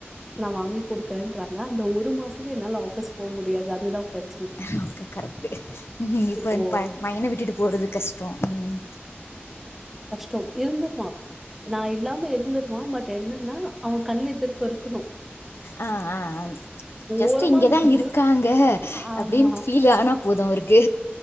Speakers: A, in the centre; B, on the left (about 65°).
A: நா வாங்கி கொடுக்குறேன்றாங்க அந்த ஒரு மாசமே என்னால ஆஃபிஸ் போ முடியாது அதுதா பிரச்
B: <unintelligible> கரெக்ட்டு ம் இப்ப
A: இப்போ
B: பை பையன விட்டுட்டு போறது கஷ்டோ உம்
A: றோ இருந்துருவா நா இல்லாம இருந்துருவா பட் என்னன்னா அவ கண்ணு எதிர் கருக்கணு
B: ஆ ஆ ஆ ஜஸ்ட்டு
A: ஓரமா
B: இங்கதா
A: இருந்தாலும்
B: இருக்காங்க
A: ஆ ஆமா,
B: அப்படின்னு ஃபீல் ஆனா போது அவருக்கு